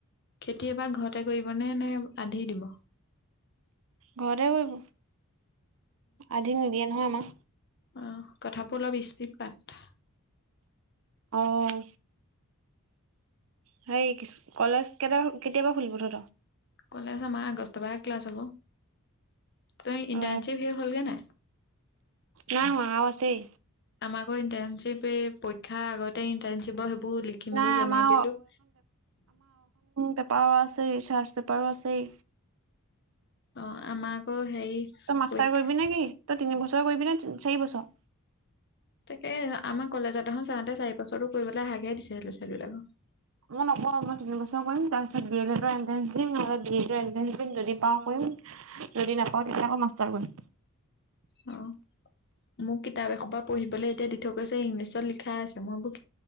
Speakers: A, on the left (about 50°); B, on the right (about 65°).
A: খেতি এবাৰ ঘৰতে কৰিবনে নে আধি দিব?
B: ঘৰতে কৰিব আধি নিদিয়ে নহয় আমাৰ।
A: অহ, কথাবোৰ অলপ স্পীড পাত।
B: অহ সেই কলেজ কেতিয়াবা কেতিয়াবা খুলিব তহঁতৰ
A: কলে আছ মাৰ আগষ্ট পৰা ক্লাছ হ'ব। ত‌ই ইন্টাৰ্নশিপ
B: অ
A: সে হ'লগে নাই।
B: নাই হোৱা আৰু আছেই
A: আমাকো ইণ্টাৰ্ণশ্বিপে পই। শিক্ষা আগতে ইন্টাৰ্ণশ্বিপৰ সেইবোৰ লিখি
B: নাই
A: মেলি জমাই
B: আমাৰ
A: দিলো।
B: পেপাৰ আছেই চাৰ্চ পেপাৰো আছেই।
A: অ আমাৰ আকৌ। হেৰি
B: তই মাষ্টাৰ
A: পৰীক্ষা
B: কৰিবি নে কি তই তিনিবছৰ কৰিবি নে চাৰি বছৰ।
A: এই আমাৰ কলেজত এখন চাওঁতে চাৰি বছৰো কৰিবলৈ হাকে দিছেছিলে ছোৱালীবলাকক
B: মই নক মই তিন বছৰ কৰিম তাৰ পিছ বি এৰ এন্টেন্ঞ্চ দিম নহলে বি এৰ এন্ট্ৰেঞ্চ দিম যদি পাওঁ কৈম। যদি নাপাওঁ তেতিয়া আকৌ মাষ্টাৰ কৰিম।
A: অ', মোক কিতাপ এখোবা পঢ়িবলৈ এতিয়া দি থৈ গৈছে ইংলিছত লিখাই আছে। মই বোৰ